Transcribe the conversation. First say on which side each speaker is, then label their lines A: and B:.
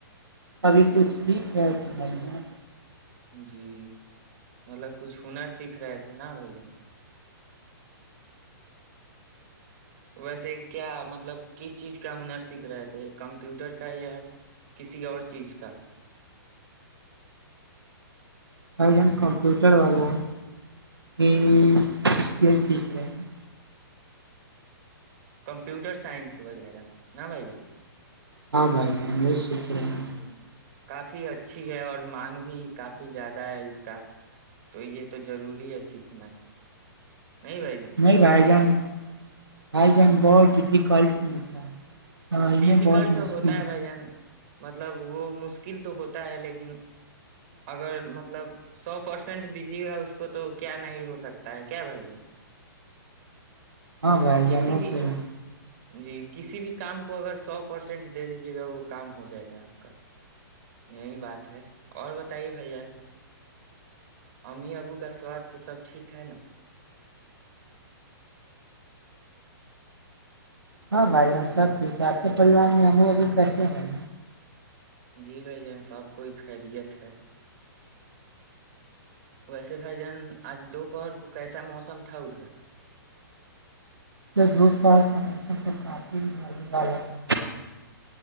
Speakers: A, on the right (about 85°); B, on the right (about 40°).
A: ابھی کچھ سیکھ رہے تھ بھائی جان
B: جی مطلب کچھ ہنر سیکھ رہے تھے نا بھائییا ویسے کیا مطلب کس چیز کا ہنر سیکھ رہے تھے کمپیوٹر کا یا کسی اور چیز کا
A: آ ج ہم کمپیوٹر والا ہوں <unintelligible>
B: اچھا
A: ک سیکھ رہے ہیں
B: کمپیوٹر سائنس وغیرہ نہ بھائی جان
A: ہاں بھائی بھائی یہ سوچ رہے ہیں
B: جی
A: <unintelligible>
B: کافی اچھی ہے اور مانگ بھی کافی زیادہ ہے اس کا تو یہ تو ضروری ہے سیکھنا نہیں بھائی جان
A: نہیں بھائی جان ہائی جن بہت ڈیفیکلٹ متا ہے <unintelligible> سمجھنے
B: ڈیفیکلٹ
A: بہت
B: تو
A: مشکل
B: ہوتا ہے بھائی جان مطلب وہ مشکل تو ہوتا ہے لیکن اگر مطب مطلب سو پرسینٹ دیجیے گا اس کو تو کیا نہیں ہو سکتا ہے کیا بھائی
A: ہاں گائی
B: کسی
A: جانا
B: بھی
A: تو <unintelligible>
B: جی کسی بھی کام آ کو اگر سو پرسینٹ دے دیجیے گا وہ کام ہو جائے گا آپ کا یہی بات ہے اور بتائیے بھ جان امی ابو کا سواستھ سب ٹھیک ہے نا
A: ہاں بھائی سب ٹھیک ہے آپ کے پریوار میں ہم اب کیس ہیں بھائی
B: جی بھائی جان سب کوئی خیریت ہے ویسے بھائی جان آج دوپہر کو کیسا موسم تھا ادھر
A: یہ دروت پار کا موسم کو کافی بی والا چل ہے